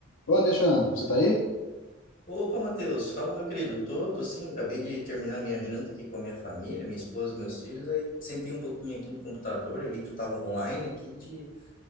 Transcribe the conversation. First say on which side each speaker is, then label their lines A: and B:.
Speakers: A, on the left; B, on the left.
A: Ô, Alexandre, você tá aí?
B: Opa, Matheus, fala, meu querido. Tô, tô sim, acabei de terminar minha janta aqui com a minha família, minha esposa, meus filhos. Aí sentei um pouquinho aqui no computador Aí vi que tu tava online aqui, te,